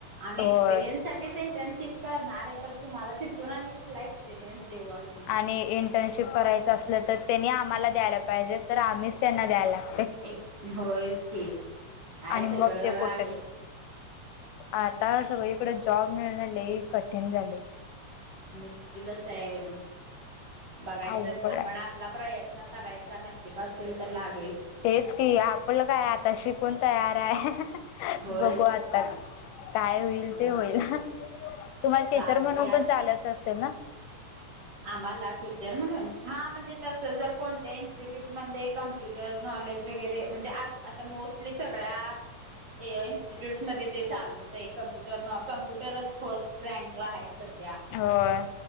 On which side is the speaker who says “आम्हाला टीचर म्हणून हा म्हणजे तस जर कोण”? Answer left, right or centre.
Right